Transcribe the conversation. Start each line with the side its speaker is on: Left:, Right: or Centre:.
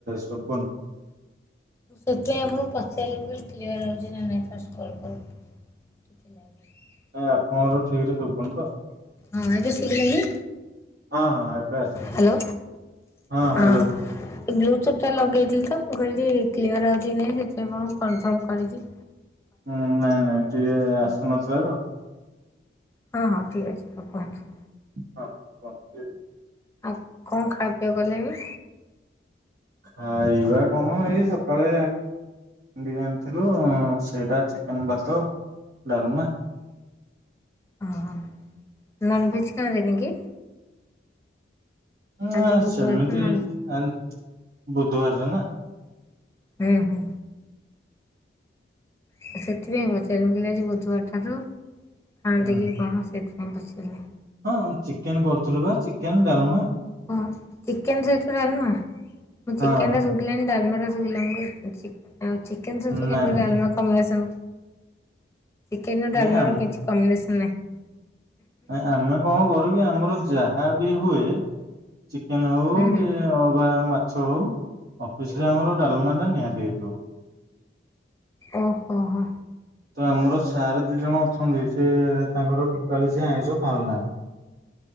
Right: ଶୁବୁନି।
Left: ମୁଁ ସେଥିପାଇଁ ଆପଣଙ୍କୁ ପଚାରିଲି ମୁକହିଲି କ୍ଲିୟର ରଉଚିନା ନାଇଁ ଫାଷ୍ଟ କଲ୍ କ <unintelligible>
Right: ନାଇଁ ଆପଣଙ୍କର ଠିକରେ ଶୁବୁନିତ।
Left: ହଁ ଏବେ ଶୁଭିଲାକି?
Right: ହଁ ହଁ ଏବେ ଆସିଲା
Left: ହାଲୋ
Right: ହଁ ହ୍ୟାଲୋ
Left: ହଁ। ବ୍ଲୁ ଥଟା ଲଗେଇଥିଲିତ ମୁଁ କହିଲି କ୍ଲିୟର ଆଉଚିକି ନାଇଁ ସେଥିପାଇଁ ଆପଣଙ୍କୁ କନଫର୍ମ କରିକି
Right: ହୁଁ ନାଇଁ ନାଇଁ ଟିକେ ଆସୁନଥିଲାତ
Left: ହଁ ହଁ ଠିକ୍ ଅଛି ତ କୁହନ୍ତୁ।
Right: ହଁ ହଁ <unintelligible>
Left: ଆଉ କଣ ଖାପିଆ କଲେଣି?
Right: ଆଇବା କଣ ଏଇ ସକାଳେ ଡି ଆଣିଥିଲୁ ସେଇଟା ଚିକେନ୍ ଭାତ ଡ଼ାଲମା
Left: ଅହଁ ନନଭେଜ୍ ଖାଆନ୍ତିନିକି?
Right: ହଁ
Left: ଆଜି ବୁଧବାର
Right: ସେମିତି
Left: ତ ନନ୍
Right: ଆଜି ବୁଧୁବାରଟେନା।
Left: ହୁଁ ହୁଁ। ଆଁ ସେଥିପାଇଁ ପଚାରିଲି ମୁକଇଁଲି ଆଜି ବୁଧୁବାରଟାତ ଖାଆନ୍ତିକି
Right: ହୁଁ
Left: କଣ ସେଥିପାଇଁ ପଚାରିଲି।
Right: ହଁ ଚିକେନ୍ କରୁଥିଲୁବା ଚିକେନ୍ ଡ଼ାଲମା।
Left: ହଁ ଚିକେନ୍ ସହିତ ଡ଼ାଲମା ମୁଁ
Right: ହଁ
Left: ଚିକେନଟା ସ <unintelligible> ଡ଼ାଲମାଟା ଶୁଖିଲା ମୁକଇଁନି ଚି ଆଁ ଚିକେନ୍ ସସ୍
Right: ନାଇଁ
Left: କେମିତି
Right: ନାଇଁ
Left: ଡ଼ାଲମା କମ୍ବାନେସନ୍ ଚିକେନର
Right: ନାଇଁ
Left: ଡାଲମାର କିଛି କମ୍ବିନେସନ୍ ନାହିଁ।
Right: ଆଁ ଆମେ କଣ କରୁକି ଆମର ଯାହାବି ହୁଏ ଚିକେନେ ହଉକି
Left: ହୁଁ ହୁଁ
Right: ଅବା ମାଛ ହଉ ଅଫିସରେ ଆମର ଡ଼ାଲମାଟା ନିହାତି ହେଇଥିବ।
Left: ଓହୋ ହୋ।
Right: ତ ଆମର ସାର୍ ଦିଜଣ ଅଛନ୍ତି ସେତାଙ୍କର ଟୋଟାଲି ସିଏ ଆଇଁଷ ଖାଉନାହାନ୍ତି।